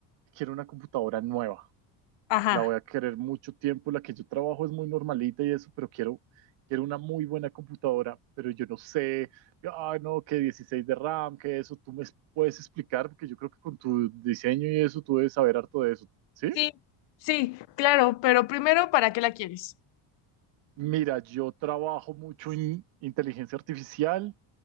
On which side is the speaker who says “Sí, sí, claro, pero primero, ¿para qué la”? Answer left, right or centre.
Left